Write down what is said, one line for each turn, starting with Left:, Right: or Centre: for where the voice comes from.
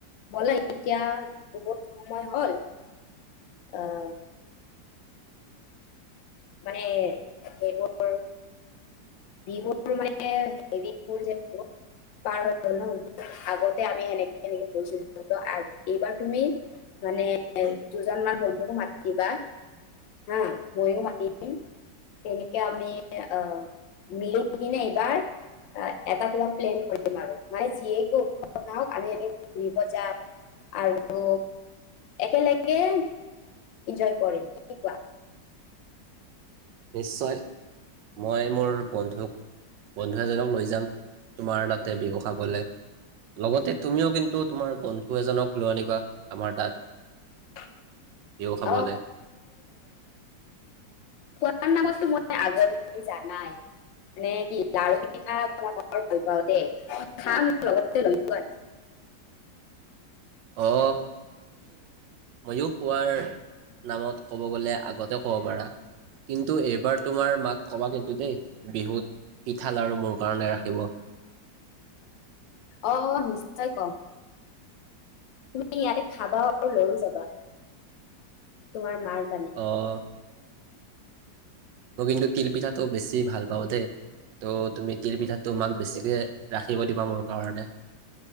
Left: বলা এতিয়া বহুত সময় হ'ল অ' মানে সেইবোৰ বিহুৰ হেৰিবোৰ যিহেতু পাৰ হৈ গ'ল ন আগতে আমি সেনেকে তেনেকে গৈছিলো নহয় তেন্তে এইবাৰ তুমি মানে দুজনমান বন্ধুকো মাতি দিবা আৰু ময়ো মাতিম। তেনেকে আমি অ' মিলি কেনে এইবাৰ এটা কিবা প্লেন কৰিম আৰু মানে যিয়ে কি উৎসৱ নহওঁক আমি ঘূৰিব যাম আৰু একেলগে এনজয় কৰিম। কি কোৱা?
Right: নিশ্চয়, মই মোৰ বন্ধুক বন্ধু এজনক লৈ যাম তোমাৰ তাতে বিহু খাবলৈ, লগতে তুমিও কিন্তু তোমাৰ বন্ধু এজনক লৈ আনিবা আমাৰ তাত।
Left: <inaudible>
Right: বিহু খাবলৈ
Left: খোৱাৰ নামতো মই আগত তুমি জানাই মানে কি লাৰু, পিঠা খাই মই বৰ ভাল পাওঁ দেই। খাম লগতে লৈও আনিম।
Right: অ' মইয়ো খোৱাৰ নামত ক'ব গ'লে আগতে ক'ব পাৰা কিন্তু এইবাৰ তোমাৰ মাক ক'বা কিন্তু দেই বিহুত পিঠা, লাৰু মোৰ কাৰণে ৰাখিব।
Left: অ', অ' নিশ্চয় কম। তুমি ইয়াতে খাবা আৰু লৈও যাবা ।তোমাৰ মাৰ কাৰণে
Right: অ' মই কিন্তু তিলপিঠাটো বেছি ভাল পাওঁ দেই তো' তুমি তিলপিঠাটো মাক বেছিকে ৰাখিব দিবা মোৰ কাৰণে।